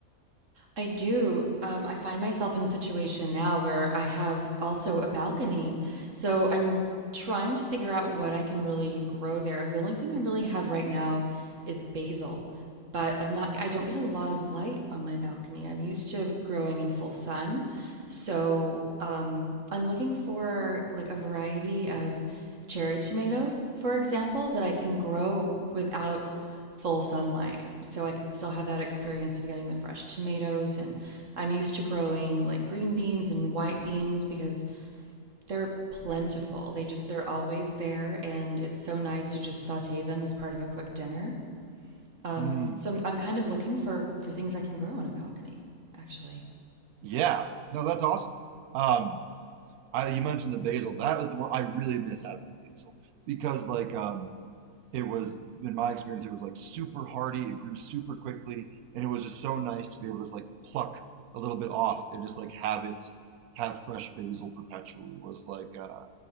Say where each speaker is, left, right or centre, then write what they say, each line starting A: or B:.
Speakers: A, on the right (about 60°); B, on the right (about 85°).
A: I do. Um, I find myself in a situation now where I have also a balcony. So I'm trying to figure out what I can really grow there. The only thing I really have right now is basil, but I'm not, I don't get a lot of light on my balcony. I'm used to growing in full sun. So um, I'm looking for like a variety of cherry tomato, for example, that I can grow without full sunlight. So I can still have that experience of getting the fresh tomatoes. And I'm used to growing like green beans and white beans because they're plentiful. They just, they're always there. And it's so nice to just saute them as part of a quick dinner. Um,
B: Mm,
A: so I'm, I'm kind of looking for, for things I can grow on a balcony, actually.
B: yeah. No, that's awesome. Um, I, you mentioned the basil. That was the one I really miss having the basil because like um, it was in my experience it was like super hardy. It grew super quickly, and it was just so nice to be able to just like pluck a little bit off and just like have it have fresh basil perpetually was like uh,